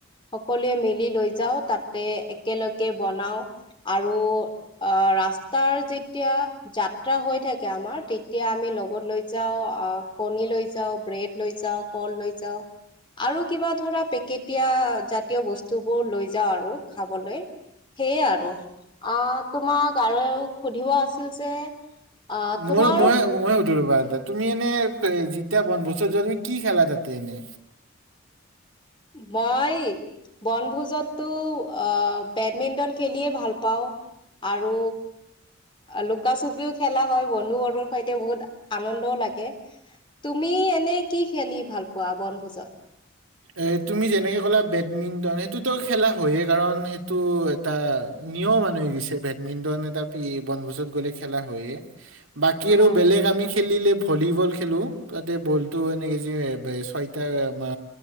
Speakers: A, on the left (about 25°); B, on the right (about 75°).
A: সকলোৱে মিলি লৈ যাওঁ, তাতে একেলগে বনাওঁ আৰু আহ, ৰাস্তাৰ যেতিয়া যাত্ৰা হৈ থাকে আমাৰ, তেতিয়া আমি লগত লৈ যাওঁ, কণী লৈ যাওঁ, ব্ৰেড লৈ যাওঁ কল লৈ যাওঁ। আৰু কিবা ধৰা পেকেটীয়া জাতীয় বস্তুবোৰ লৈ যাওঁ আৰু খাবলৈ। সেয়ে আৰু, আহ তোমাক আৰু সুধিব আছিল যে আহ
B: মই
A: তোমাৰ
B: মই, মইয়ে উঠো ৰবা আঠতাত। তুমি এনে যেতিয়া বনভোছত যোৱা, তুমি কি খেলা তাতে এনে?
A: মই বনভোজততো আহ, বেডমিণ্টন খেলিয়ে ভাল পাওঁ। আৰু লুকা চুপিও খেলা হ'য়, বন্ধু বৰ্গৰ সৈতে বহুত, আনন্দও লাগে। তুমি এনে কি খেলি ভাল পোৱা বনভোজত?
B: এই তুমি যেনেকে ক'লা বেডমিণ্টন, সেইটোতো খেলা হয়য়েই কাৰণ সেইটো এটা নিয়ম হান হয় গৈছে, বেডমিন্টন এটা পি বনভোজত গ'লে খেলা হয়য়ে। বাকী আৰু
A: হয়
B: বেলেগ আমি খেলিলে ভলীবল খেলো তাতে বলটো এনেকে যে ছয়টা মা